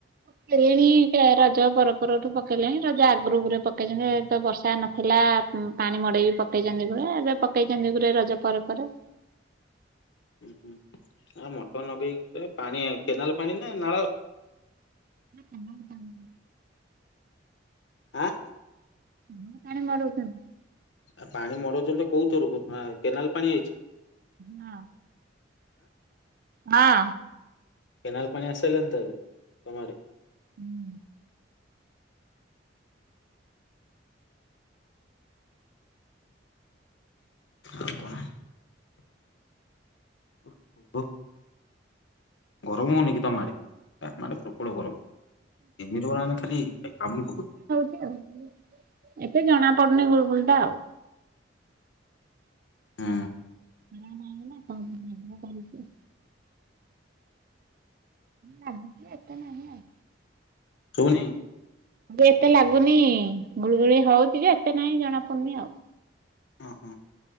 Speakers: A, on the right; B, on the left.
A: ପକେଲେଣି ତ ରଜ ପର ପରଠୁ ପକେଇଲେଣି ରଜ ଆଗରୁ ଗୁରେ ପକେଇଛନ୍ତି ଏଠିତ ବର୍ଷା ନ ଥିଲା। ହଁ ପାଣି ମଡେଇକି ପକେଇଛନ୍ତି ଗୁରେ, ଏବେ ପକେଇଛନ୍ତି ଗୁରେ ରଜ ପରେ ପରେ।
B: ଉଁ ହୁଁ ଆ ମଟର ନଗେଇକି ଏ ପାଣି, କେନାଲ ପାଣି ନା ନାଳ?
A: କେନାଳ ପାଣି।
B: ଆଁ?
A: ହଁ ପାଣି ମଡଉଛନ୍ତି।
B: ଆ ପାଣି ମଡଉଛନ୍ତି ଯେ କୋଉଥିରୁ କେନାଲ ପାଣି ହେଇଛି?
A: ହଁ। ହଁ।
B: କେନାଲ ପାଣି ଆସିସାରିଲାଣି ତାହାଲେ ତମ ଆଡେ।
A: ହୁଁ।
B: ଆଉ କଣ? ଓହୋ ଗରମ ହଉନି କି ତମ ଆଡେ? ଆମ ଆଡେ ପ୍ରବଳ ଗରମ। ଘିମିର ମାନେ ଖାଲି କାମୁଡ଼ି ପକଉଛନ୍ତି।
A: ଉଁ ହୁଁ, ଏବେ ଜଣା ପଡୁନି ଗୁଳୁଗୁଳିଟା ଆଉ।
B: ହୁଁ।
A: ଖରାନାହିଁ ତ ମେଘୁଆ କରିଛି। ଲାଗୁଛି, ଏତେ ନାହିଁ ଆଉ।
B: ଶୁଭୁନି।
A: ଏବେ ଏତେ ଲାଗୁନି। ଗୁଳିଗୁଳି ହଉଛି ଯେ, ଏତେ ନାହିଁ ଜଣା ପଡୁନି ଆଉ।
B: ଓହ,